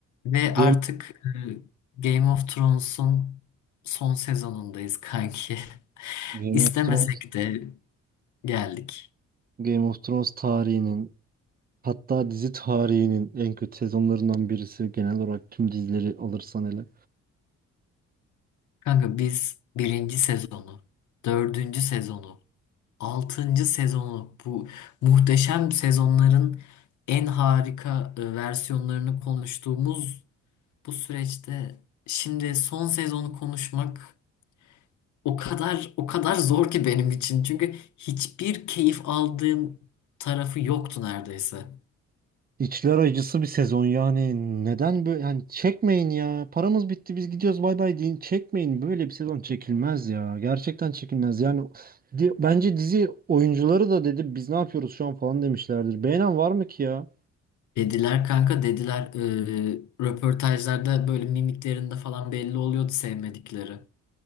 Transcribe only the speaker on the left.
Ve artık
e, Game of Thrones'un son sezonundayız kanki. <laughs>
İstemesek
de geldik.
Kanka biz birinci sezonu, dördüncü sezonu, altıncı sezonu bu muhteşem sezonların en harika e, versiyonlarını konuştuğumuz bu süreçte şimdi son sezonu konuşmak o kadar o kadar zor ki benim için. Çünkü hiçbir keyif aldığım tarafı yoktu neredeyse.
Dediler kanka dediler eee, röportajlarda böyle mimiklerinde falan belli oluyordu sevmedikleri.